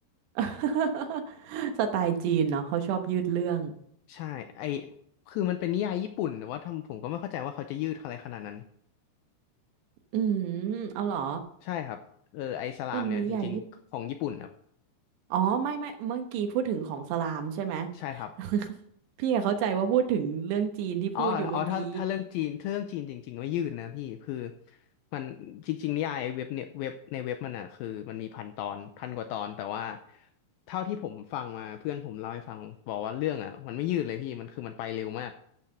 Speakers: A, on the right; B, on the left.
A: <laughs> สไตล์จีนเนาะเขาชอบยืดเรื่อง
B: ใช่ไอคือมันเป็นนิยายญี่ปุ่นแต่ว่าทำผมก็ไม่เข้าใจว่าเขาจะยืดอะไรขนาดนั้น
A: อืมเอาเหรอ
B: ใช่ครับเออไอสลามเนี่ยจริงๆของญี่ปุ่นครับ
A: เป็นนิยายญี่ อ๋อไม่ไม่เมื่อกี้พูดถึงของสลามใช่ไหม
B: ใช่ครับ
A: <laughs> พี่อะเข้าใจว่าพูดถึงเรื่องจีนที่พูดอยู่เมื่อกี้
B: อ๋ออ๋อถ้าถ้าเรื่องจีนถ้าเรื่องจีนจริงๆไม่ยืดนะพี่ คือมันจริงๆนิยายเว็บเนี่ยเว็บในเว็บมันอ่ะคือมันมีพันตอนพันกว่าตอนแต่ว่าเท่าที่ผมฟังมาเพื่อนผมเล่าให้ฟังบอกว่าเรื่องอ่ะมันไม่ยืดเลยพี่มันคือมันไปเร็วมาก